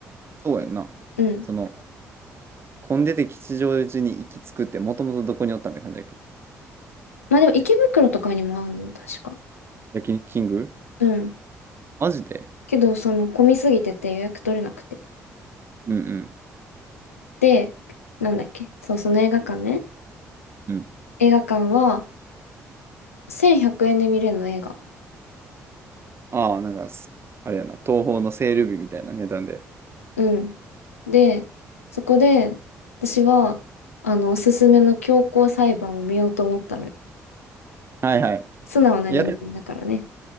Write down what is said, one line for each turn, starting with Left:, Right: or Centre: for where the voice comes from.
Right: そうやんな。
Left: うん。
Right: その、混んでて吉祥寺に行き着くって、もともとどこにおったんって感じだけど。
Left: まあでも池袋とかにもあるの、確か。
Right: 焼肉キング
Left: うん
Right: マジで
Left: けど、その、混みすぎてて予約取れなくて。
Right: うん
Left: で、なんだっけそう、その映画館ね。
Right: うん。うん。
Left: 映画館は、1100円で見れるの、映画。
Right: ああ、なんかす、あれやな、東宝のセール日みたいな値段で。
Left: うん。で、そこで、私は、あの、おすすめの強行裁判を見ようと思ったのよ。
Right: はいはい。
Left: 素直な人間だからね。
Right: やって